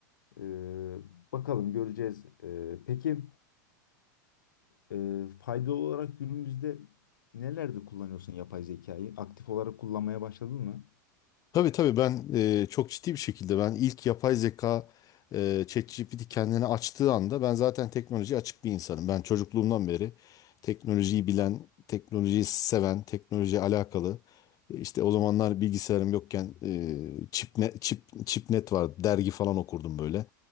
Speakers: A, on the left (about 85°); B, on the left (about 35°).
A: Ee, bakalım göreceğiz. Ee, peki e, faydalı olarak günümüzde nelerde kullanıyorsun yapay zekayı? Aktif olarak kullanmaya başladın mı?
B: Tabii tabii ben e, çok ciddi bir şekilde ben ilk yapay zeka e, ChatGPT kendini açtığı anda ben zaten teknolojiye açık bir insanım. Ben çocukluğumdan beri teknolojiyi bilen, teknolojiyi seven, teknolojiye alakalı. E, İşte o zamanlar bilgisayarım yokken e, Çipne, Çip, Çipnet vardı. Dergi falan okurdum böyle.